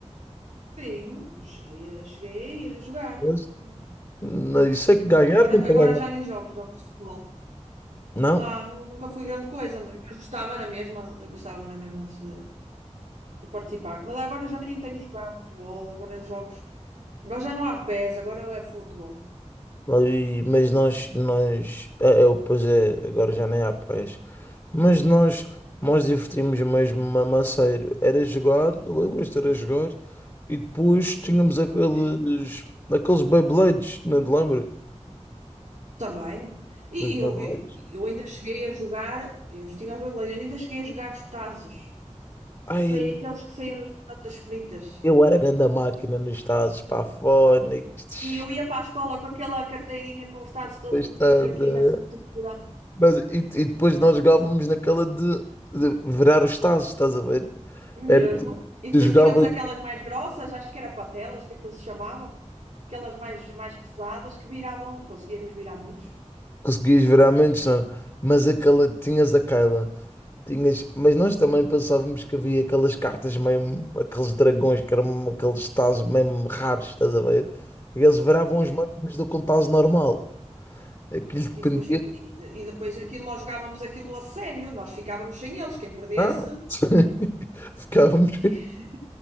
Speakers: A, on the right; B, on the left.
A: Sim, cheguei a, cheguei a ir a jogar.
B: Mas,
A: E,
B: não, Isso é que ganhar,
A: opa, agora,
B: nunca
A: agora
B: ganhar.
A: já nem jogo jogos de futebol.
B: Não?
A: Não, nu- nunca fui grande coisa, mas eu gostava na mesma, eu gostava na mesma de, de participar. Mas agora já nem tenho jogado futebol, agora é jogos. Agora já não há pés, agora é futebol.
B: Mas, mas nós, nós, é, é, pois é, agora já nem há paz. Mas nós, nós divertimos mesmo mamaceiro. Era jogar, lembras-te, era jogar, e depois tínhamos aqueles,
A: Sim.
B: aqueles Beyblades, não te lembras?
A: Também. E
B: Os Beyblades.
A: e eu, e- eu ainda cheguei a jogar, eu tinha as beibeleiras, ainda cheguei a jogar os tazos,
B: Ai,
A: que sei, aqueles que saíam nas batatas fritas.
B: eu era grande máquina nos Estados Pafónicos.
A: E eu ia para a escola com aquela carteirinha com os tazos todos
B: Estás
A: metidos aqui
B: a ver?
A: na cintura.
B: Mas, e, e depois nós jogávamos naquela de, de virar os tazos, estás a ver?
A: Mesmo.
B: Era,
A: E depois
B: tu jogavas.
A: tínhamos aquelas mais grossas, acho que era patelas, que aquilo se chamava. Aquelas mais, mais pesadas que viravam, conseguíamos virar muitos.
B: conseguias ver à menos, não. é? Mas aquela, tinhas a Kyla, tinhas, mas nós também pensávamos que havia aquelas cartas mesmo, aqueles dragões que eram aqueles tazos mesmo raros, estás a ver? E eles viravam
A: Mesmo.
B: os mesmos do que um tazo normal. Aquilo dependia.
A: E depois, fica, e, de- e depois aquilo, nós jogávamos aquilo a sério, nós ficávamos sem eles, quem perdesse.
B: Ah, <laughs> ficávamos.
A: <laughs>